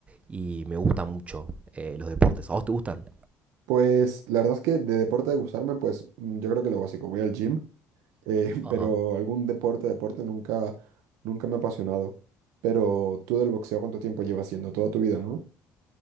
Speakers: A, on the right; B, on the right.
A: y me gusta mucho eh, los deportes. ¿A vos te gustan?
B: Pues la verdad es que de deporte de gustarme, pues mm, yo creo que lo básico, voy al gym. eh,
A: Ajá.
B: <laughs> pero algún deporte, deporte nunca, nunca me ha apasionado. Pero tú del boxeo, ¿cuánto tiempo llevas haciendo? Toda tu vida, ¿no?